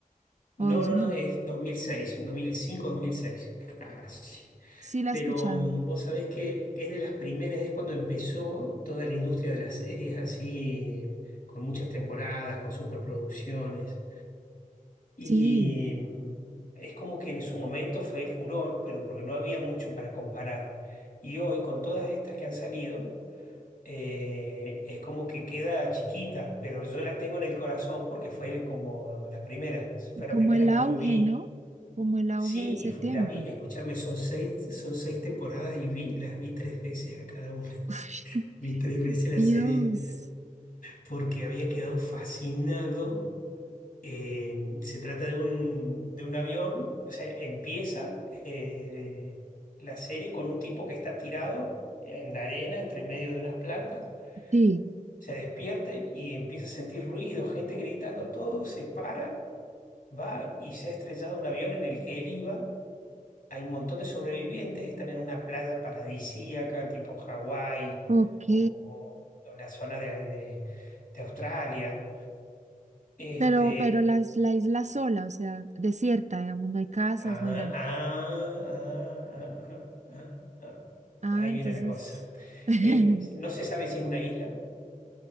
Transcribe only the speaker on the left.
No,
no,
no, es dos dos mil mil seis dos mil cinco dos mil seis casi.
Pero
mm, vos sabés que es de las primeras, es cuando empezó toda la industria de las series así, con muchas temporadas, con superproducciones. Y
es como que en su momento fue furor, pero porque no había mucho para comparar. Y hoy, con todas estas que han salido, eh, es como que queda chiquita, pero yo la tengo en el corazón porque fue como la primera. Fue
la primera
que
yo vi.
Sí,
y fue-
la vi, escúchame, son seis, son seis temporadas y vi, las vi tres veces a cada una. <laughs>
Vi tres veces la
serie porque había quedado fascinado Eh, se trata de un, de un avión, o sea, empieza eh, la serie con un tipo que está tirado en la arena, entre medio de unas plantas,
se despierta y empieza a sentir ruido, gente gritando, todo, se para, va y se ha estrellado un avión en el que él iba. Hay un montón de sobrevivientes, están en una playa paradisíaca, tipo Hawái
o, o la zona de, de de Australia. Este,
Ah,
ah, ah, ah, ah, ah.
Ahí
viene la cosa.
Eh, no se sabe si es una isla,